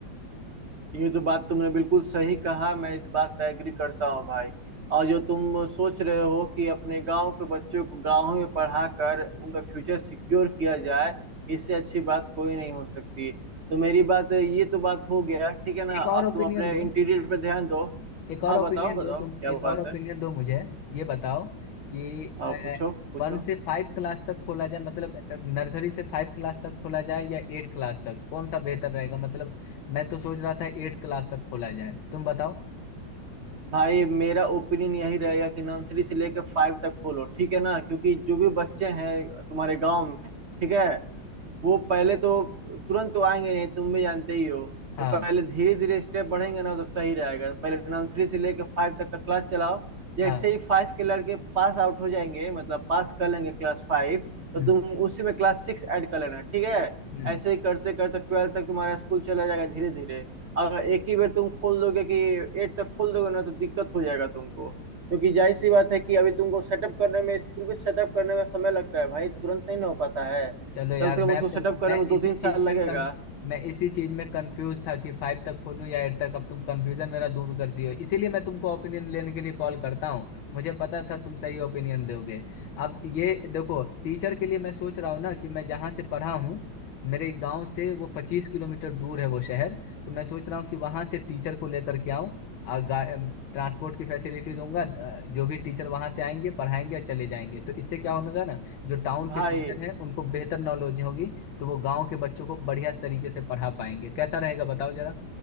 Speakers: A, on the right (about 65°); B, on the left (about 75°).
A: ये तो बात तुमने बिल्कुल सही कहा मैं इस बात पे एग्री करता हूँ भाई और जो तुम सोच रहे हो कि अपने गांव के बच्चों को गांव में पढ़ा कर उनका फ्यूचर सिक्योर किया जाए इससे अच्छी बात कोई नहीं हो सकती तो मेरी बात ये तो बात हो गया ठीक है ना
B: एक
A: अब
B: और ओपिनियन
A: तुम अपने
B: दो
A: इंटीरियर पे ध्यान दो
B: एक और
A: हाँ
B: ओपिनियन
A: बताओ बताओ
B: दो तुम
A: क्या
B: एक
A: बात
B: और ओपिनियन
A: है
B: दो मुझे ये बताओ कि
A: हाँ पूछो पूछो
B: वन से फाइव क्लास तक खोला जाए मतलब नर्सरी से फाइव क्लास तक खोला जाए या एट क्लास तक कौन सा बेहतर रहेगा मतलब मैं तो सोच रहा था एट क्लास तक खोला जाए तुम बताओ
A: भाई मेरा ओपिनियन यही रहेगा कि नर्सरी से लेकर फाइव तक खोलो ठीक है ना क्योंकि जो भी बच्चे हैं तुम्हारे गांव में ठीक है वो पहले तो तुरंत तो आएंगे नहीं तुम भी जानते ही हो
B: हाँ
A: तो पहले धीरे धीरे स्टेप बढ़ेंगे ना तो सही रहेगा पहले नर्सरी से लेकर फाइव तक का क्लास चलाओ जैसे
B: हाँ
A: ही फाइव के लड़के पास आउट हो जाएंगे मतलब पास कर लेंगे क्लास फाइव तो
B: हम्म
A: तुम उसी में क्लास सिक्स ऐड कर लेना ठीक है
B: हम्म।
A: ऐसे ही करते करते ट्वेल्थ तक तुम्हारा स्कूल चला जाएगा धीरे धीरे अगर एक ही बार तुम खोल दोगे कि एट तक खोल दोगे ना तो दिक्कत हो जाएगा तुमको क्योंकि जाहिर सी बात है कि अभी तुमको सेटअप करने में स्कूल भी सेटअप करने में समय लगता है भाई तुरंत नहीं ना हो पाता है
B: चलो यार
A: कम से
B: मैं
A: कम उसको सेटअप करने
B: मैं
A: में दो
B: इसी
A: तीन
B: चीज
A: साल लगेगा
B: में कन मैं इसी चीज में कंफ्यूज था कि फाइव तक खोलूं या एट तक अब तुम कंफ्यूजन मेरा दूर कर दिए हो। इसीलिए मैं तुमको ओपिनियन लेने के लिए कॉल करता हूँ मुझे पता था तुम सही ओपिनियन दोगे अब ये देखो टीचर के लिए मैं सोच रहा हूँ ना कि मैं जहाँ से पढ़ा हूँ मेरे गांव से वो पच्चीस किलोमीटर दूर है वो शहर तो मैं सोच रहा हूँ कि वहां से टीचर को लेकर के आऊँ और ट्रांसपोर्ट की फैसिलिटी दूंगा अ, जो भी टीचर वहां से आएंगे पढ़ाएंगे और चले जाएंगे तो इससे क्या होगा ना जो टाउन
A: भाई
B: के टीचर हैं उनको बेहतर नॉलेज होगी तो वो गांव के बच्चों को बढ़िया तरीके से पढ़ा पाएंगे कैसा रहेगा बताओ जरा